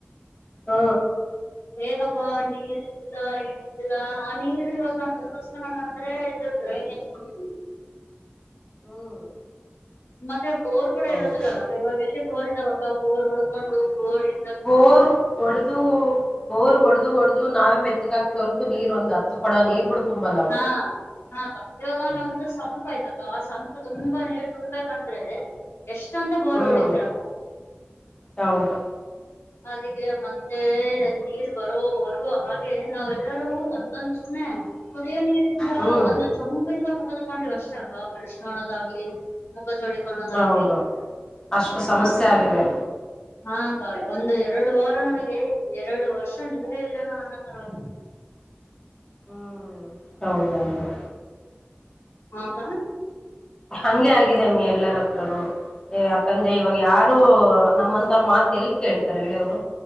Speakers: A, on the left; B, on the left.
A: ಹ
B: ಹೇಗಪ್ಪಾ ನೀರ್ ಇದ್ದಿಲ್ಲಾ ಏನಿದ್ದಿಲ್ಲಾ ಆ ನೀರ್ ಇವಾಗ ನಾವು ತುಂಬಸ್ಕನ ಅಂದ್ರೆ ದೋಡ್ <unintelligible> ಡ್ರೈನೇಜ್ ನೀರು.
A: ಹ್ಮ್
B: ಮತ್ತೆ ಬೋರ್ ಕೂಡ
A: ಹೌದು
B: ಇರೋದಿಲ್ಲಲ್ಲಕ್ಕಾ ಇವಾಗ ಎಲ್ಲಿ ಬೋರ್ ಇದ್ದಾವಕ್ಕಾ ಬೋರ್ ಹೊಡ್ಕೊಂಡು ಬೋರಿ.
A: ಬೋರ್ ಒಡ್ದು. ಬೋರ್ ಹೊಡ್ದು ಹೊಡ್ದೂ ನಾವೇ ಮೆತ್ತಗ ಆಗ್ತೀವ್ ಹೊರ್ತು ನೀರ್ ಒಂದು ಹತ್ತು ಕೊಡ ನೀರ್ ಕೂಡಾ ತುಂಬಲ್ಲವು.
B: ಹಾ ಹಾ ಇವಾಗ ನಮ್ದು ಸಂಪು ಆಯ್ತಲ್ ಆ ಸಂಪು ತುಂಬಾ ನೀರ್ ತುಂಬಂದ್ರೆ ಎಷ್ಟೊಂತ ಬೋರ್
A: ಹ್ಮ್
B: ಹೊಡಿತರ
A: ಹೌದು
B: ಅದಕ್ಕೆ ಮತ್ತೆ ನೀರ್ ಬರೋ ವರ್ಗು ಹಾಗೆ ನಾವೆಲ್ಲರೂ ಒಂದೊಂದು ಕುಡಿಯುವ ನೀರಿಂದ
A: ಹ್ಮ್
B: ಒಂದು ಚೊಂಬಿಂದ ಮುಗ ತಕೊಂಡಿವ್ ಅಷ್ಟ ಅ ಬಫ್ರೆಶ್ ಮಾಡೋದಾಗ್ಲಿ ಮುಖ ತೊಳಿಕೊಳೋದಾಗ್ಲಿ
A: ಹೌದು ಅಷ್ಟು ಸಮಸ್ಯೆ
B: ಹ ಅಕ್ಕ
A: ಆಗಿದೆ
B: ಹ ಹ ಹ್ ಒಂದು ಎರಡು ವಾರ ನಮಗೆ ಎರಡು ವರ್ಷ ನೀರೆ ಇಲ್ಲನೋ ಅನ್ನೋ ತರದ
A: ಹ್ಮ್ ಹೌದೌದು
B: ಹಾಕ
A: ಹಗೆ ಆಗಿದೆಮ್ಮಿ ಎಲ್ಲರ ಹತ್ರನುೂ ಯಾಕಂದ್ರೆ ಇವಾಗ ಯಾರು ನಮ್ಮಂತವ್ರ ಮಾತ್ ಎಲ್ಲಿ ಕೇಳ್ತಾರೆ ಹೇಳಿವ್ರು